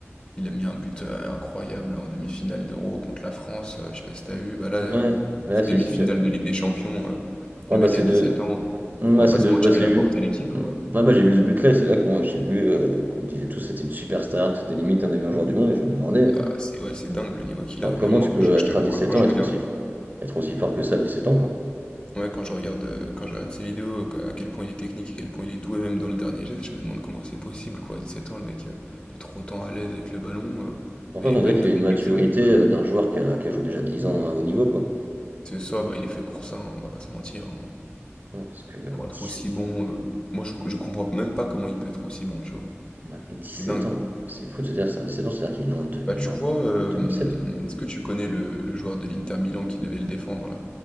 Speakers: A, on the left; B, on the right.
A: il a mis un but euh, incroyable en demi-finale d'Euro contre la France. euh, je sais pas si t'as vu. Bah là, euh,
B: Ouais,
A: en plus,
B: ouais, si,
A: demi-finale
B: si, j'avais vu.
A: de Ligue des Champions, euh,
B: Ouais,
A: le
B: bah,
A: mec
B: c'est
A: a dix
B: de,
A: sept ans.
B: Mmh,
A: On
B: ouais,
A: va pas
B: c'est
A: se
B: de
A: mentir,
B: bah,
A: il
B: j'ai
A: a
B: vu
A: porté l'équipe,
B: mmh.
A: quoi.
B: Ouais, bah, j'ai vu ce but-là et c'est là qu'on j'ai vu, heu, qu'on disait tous que c'était une superstar, que c'était limite un des meilleurs joueurs du monde et je me demandais, heu,
A: Ah, c'est ouais, c'est dingue le niveau qu'il
B: enfin
A: a. Même
B: comment
A: moi,
B: tu
A: quand
B: peux
A: je, je
B: être
A: t'avoue,
B: à
A: quoi,
B: sept
A: quand
B: ans,
A: je
B: être
A: regarde.
B: aussi être aussi fort que ça à 17 ans, quoi?
A: Ouais, quand je regarde, heu, quand je regarde ses vidéos, que à quel point il est technique, à quel point il est doué même dans le dernier geste, je me demande comment c'est possible quoi, à sept ans le mec, heu, d'être autant à l'aise avec le ballon, heu,
B: En fait,
A: il
B: on
A: est pas
B: dirait
A: du
B: qu'il
A: tout
B: a une
A: complexe
B: maturité,
A: avec le ballon.
B: heu, d'un joueur qui a qui a joué déjà dix ans à haut niveau, quoi.
A: C'est ça, bah, il est fait pour ça, hein, on va pas se mentir, hein,
B: Ouais, parce que
A: pour être
B: 17
A: aussi bon, heu, moi je je comprends même pas comment il peut être aussi bon, tu vois?
B: bah, sept
A: C'est dingue.
B: ans, c'est fou de se dire que c'est 17 ans, c'est-à-dire qu'il est né en deux
A: Bah,
B: il
A: tu
B: est né en
A: vois, hem,
B: 2007, ouais.
A: est-ce que tu connais le le joueur de l'Inter Milan qui devait le défendre là?